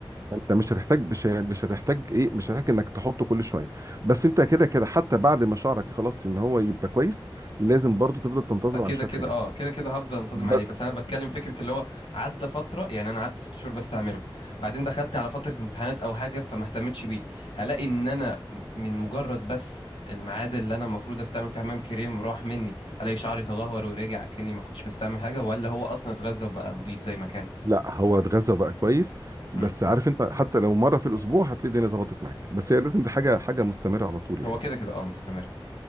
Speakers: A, on the right; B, on the left.
A: انت مش هتحتاج مش ه- مش هتحتاج ايه مش هتحتاج انك تحطه كل شويه بس انت كده كده حتى بعد ما شعرك خلاص ان هو يبقى كويس لازم برضو تفضل تنتظم
B: كده
A: على شويه
B: كده
A: حاجات
B: اه كده كده هفضل انتظم
A: ب...
B: عليه بس انا بتكلم فكره اللي هو عدى فتره يعني انا قعدت ست شهور بستعمله بعدين دخلت على فتره امتحانات او حاجه فما اهتمتش بيه هلاقي ان انا من مجرد بس الميعاد اللي انا المفروض استعمل فيه حمام كريم راح مني الاقي شعري تدهور ورجع كاني ما كنتش بستعمل حاجه ولا هو اصلا اتغذى وبقى نظيف زي ما كان
A: لا هو اتغذى بقى كويس
B: امم
A: بس عارف انت حتى لو مره في الاسبوع هتلاقي الدنيا ظبطت معاك بس هي لازم دي حاجه حاجه مستمره على طول يعني
B: هو كده كده اه مستمر